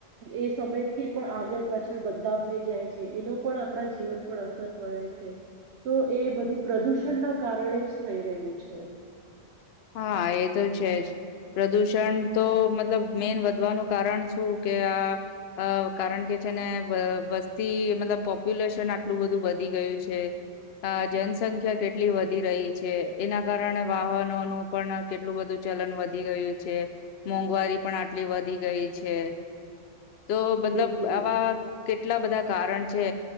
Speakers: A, on the right; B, on the left.
A: એ સમયથી પણ આગળ પાછળ બદલાવ થઈ જાય છે એનો પણ આપણા જીવન પર અસર પડે છે તો એ બધું પ્રદૂષણના કારણે જ થઈ રહ્યું છે
B: હા એ તો છે જ પ્રદુષણ તો મતલબ મેન વધવાનું કારણ શું કે આ કારણ કે છે ને વસ્તી મતલબ પોપ્યુલેશન આટલું બધું વધી ગયું છે અ જનસંખ્યા કેટલી વધી રહી છે એના કારણે વાહનોનું પણ કેટલું બધું ચલન વધી ગયું છે મોંઘવારી પણ આટલી વધી ગઈ છે
A: <inaudible>
B: તો મતલબ
A: બિલકુલ
B: આવા કેટલા બધા કારણ છે